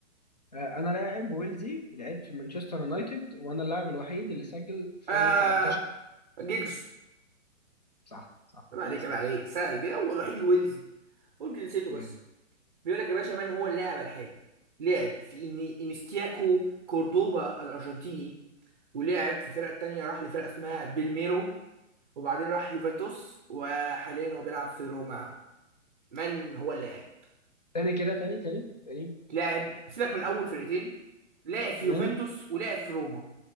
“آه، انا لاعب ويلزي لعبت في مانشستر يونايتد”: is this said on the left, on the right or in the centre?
Left